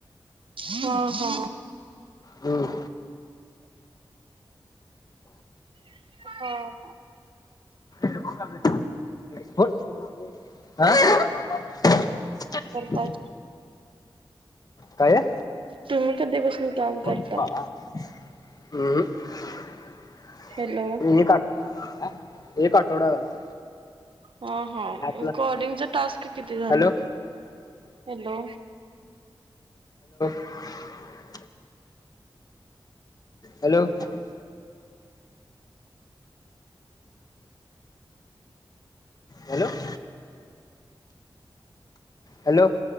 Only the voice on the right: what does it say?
हा हा
<unintelligible> हां.
काय <inaudible>
तुम्ही कधीपासून
काम करता?
हॅलो.
हा हा
कॉलिंगच टास्क किती झाले?
Hello,